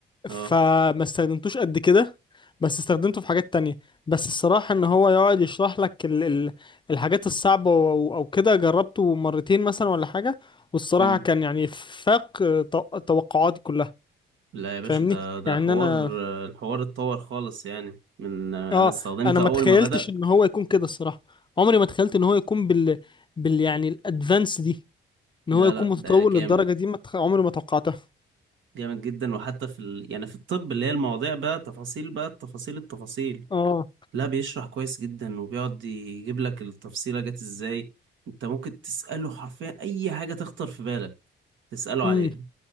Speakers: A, on the right; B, on the left.
A: اه
B: فما استخدمتوش قد كده بس استخدمته في حاجات تانية بس الصراحه ان هو يقعد يشرح لك ال... ال... الحاجات الصعبه او او أو كده جربته مرتين مثلا ولا حاجه والصراحه
A: امم
B: كان يعني فاق تو- توقعاتي كلها
A: لا يا باشا
B: فاهمني
A: ده ده
B: يعني
A: حوار
B: انا
A: الحوار اتطور خالص يعني من انا
B: اه
A: استخدمته
B: انا ما
A: اول
B: تخيلتش
A: ما بدأ
B: ان هو يكون كده الصراحه عمري ما تخيلت ان هو يكون بال بال يعني الادفانس دي ان
A: لا
B: هو يكون
A: لا
B: متطور
A: ده جامد
B: للدرجه دي ما تخ... عمري ما توقعتها
A: جامد جدا وحتى في ال... يعني في الطب اللي هي المواضيع بقى تفاصيل بقى التفاصيل التفاصيل
B: اه
A: لا بيشرح كويس جدا وبيقعد يجيب لك التفصيلة جت ازاي انت ممكن تسأله حرفيا اي حاجة تخطر في بالك تسأله
B: امم
A: عليها